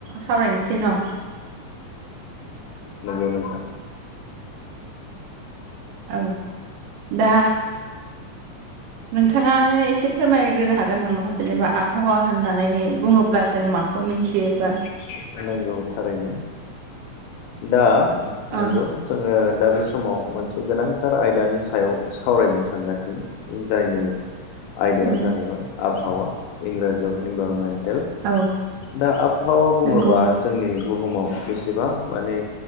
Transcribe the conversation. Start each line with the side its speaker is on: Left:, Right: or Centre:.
Right: सावरायनोसै न
Left: नोंगौ नोंथां
Right: औ दा नोंथाङानो एसे फोरमायग्रोनो हागोन नामा जेनेबा आबहावा होननानै बुंङोब्ला जों माखौ मिथियोबा
Left: मिथियो? नंगौ थारैनो दा नंगौ
Right: ओ
Left: जोंङो दा बे समाव मोनसे गोनांथार आयदानि सायाव सावरायनो थांगासिनो। जायनि आयदायानो
Right: उम
Left: जाहैबाय आबहावा। इंराजियाव इनभारनमेन्टेल।
Right: औ
Left: दा आबहावा बुङोबा
Right: नंगौ
Left: जोंनि बुहुमाव बेसेबां माने